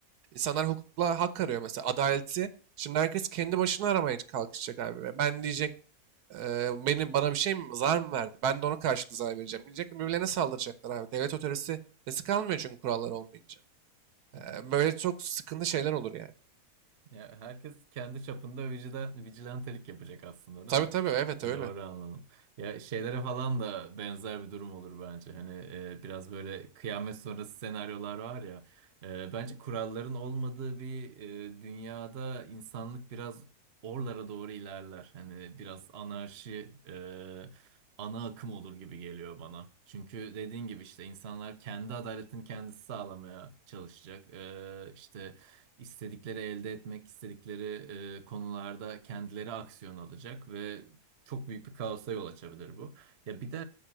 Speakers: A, on the right; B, on the right.
A: İnsanlar hukukla hak arıyor mesela adaleti. Şimdi herkes kendi başına aramaya kalkışacak abi. Ben diyecek Eee, beni bana bir şey mi, zarar mı verdi? Ben de ona karşılık zarar vereceğim diyecekler. Birbirlerine saldıracaklar abi. Devlet otoritesi sesi kalmıyor çünkü kurallar olmayınca. Eee,
B: Hı hı.
A: böyle çok sıkıntı şeyler olur yani.
B: Ya herkes kendi çapında vicida, vigilantelik yapacak aslında
A: Tabii
B: değil mi?
A: tabii evet öyle.
B: E, doğru anladım. Ya şeylere falan da benzer bir durum olur bence. Hani e, biraz böyle kıyamet sonrası senaryolar var ya. E, bence kuralların olmadığı bir e, dünyada insanlık biraz oralara doğru ilerler. Hani biraz anarşi e, ana akım olur gibi geliyor bana. Çünkü dediğin gibi işte insanlar kendi adaletini kendisi sağlamaya çalışacak. E, işte istedikleri elde etmek, istedikleri e, konularda kendileri aksiyon alacak ve çok büyük bir kaosa yol açabilir bu. Ya bir de